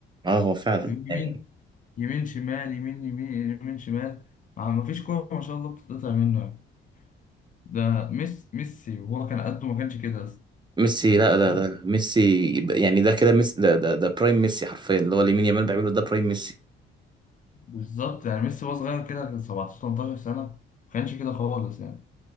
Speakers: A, on the right; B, on the left.
A: اه هو فعلا
B: يمين
A: يعني
B: يمين شمال يمين يمين يمين شمال ما فيش كورة ما شاء الله بتتقطع منه يعني ده ميسي ميسي وهو كان قده ما كانش كده أصلاً.
A: ميسي لا ده
B: صح
A: ده ميسي يعني ده كده ميسي ده ده ده برايم ميسي حرفيا اللي هو لامين يامال بيعمله ده برايم ميسي
B: بالظبط يعني ميسي وهو صغير كده كان 17 18 سنة ما كانش كده خالص يعني